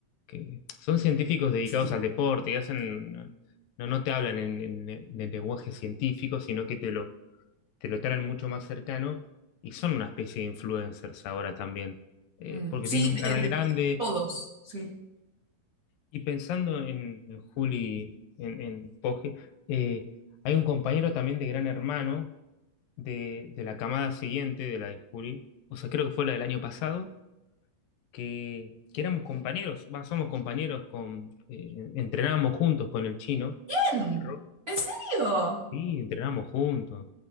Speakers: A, on the left (about 75°); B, on the right (about 70°).
A: que- son científicos dedicados
B: Sí.
A: al deporte y hacen, no, no no te hablan en, en- en el lenguaje científico, sino que te lo, te lo traen mucho más cercano y son una especie de influencers ahora también, eh,
B: Mm,
A: porque
B: sí,
A: tienen un
B: de-
A: canal
B: de-
A: grande
B: de- todos, sí.
A: y pensando en, en Juli, en, en Poge, eh, hay un compañero también de Gran Hermano de, de la camada siguiente, de la de Juli, o sea, creo que fue la del año pasado, que, que éramos compañeros, va, somos compañeros, con, eh, entrenábamos juntos con el chino,
B: Ven,
A: Ro-
B: ¿En serio?
A: sí, entrenábamos juntos,